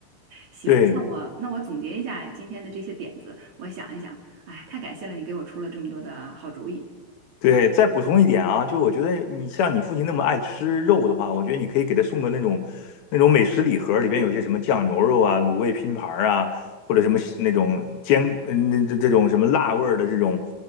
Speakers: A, on the left; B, on the right.
A: <laughs>
B: 行，
A: 对。
B: 那我那我总结一下今天的这些点子，我想一想，哎，太感谢了，你给我出了这么多的好主意
A: 对，再补充一点啊，就我觉得你像你父亲那么爱吃肉的话，我觉得你可以给他送个那种那种美食礼盒，里边有些什么酱牛肉啊、卤味拼盘啊，或者什么那种煎嗯那这这种什么辣味儿的这种，